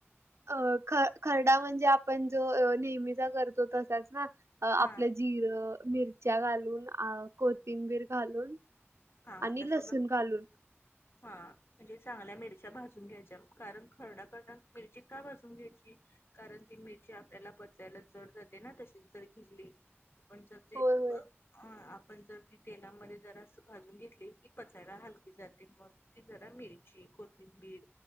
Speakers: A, on the right; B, on the left.
A: अ ख खरडा म्हणजे, आपण जो नेहमीचा करतो तसाच ना. अ
B: हा
A: आपलं जिरं, मिरच्या घालून अ कोथिंबीर घालून
B: हा
A: आणि
B: तस
A: लसून घालून.
B: हा. म्हणजे चांगल्या मिरच्या भाजून घ्यायच्या. कारण खरडा करत मिरची का भाजून घ्यायची? कारण ती मिरची आपल्याला पचायला जड जाते ना, तशीच जर घेतली आपण जर ते
A: होय, होय.
B: हा. आपण जर ती तेलामध्ये जरा असं भाजून घेतली, की पचायला हलकी जाते. मग ती जरा मिरची, कोथिंबीर